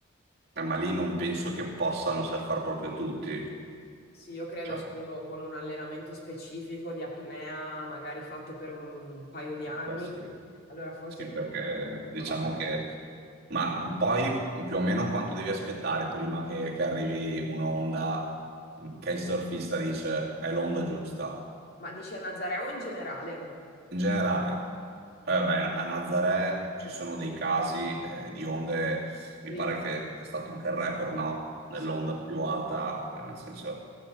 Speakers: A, on the right; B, on the left.
A: Eh, ma lì non penso che possano surfare proprio tutti.
B: Sì, io credo
A: Cioè,
B: solo con un allenamento specifico di apnea, magari fatto per un paio di anni,
A: questi-
B: allora forse
A: sì, Sì,
B: può
A: perché diciamo
B: provare.
A: che... Ma poi più o meno quanto devi aspettare prima che, che arrivi un'onda mm, che il surfista dice è l'onda giusta?
B: Ma dici a Nazarea o in generale?
A: in generale. Poi vabbè, a a Nazaré ci sono dei casi eh, di onde, mi
B: Sì,
A: pare che c'è stato anche il record, no? Dell'onda
B: sì,
A: più alta, eh, nel senso,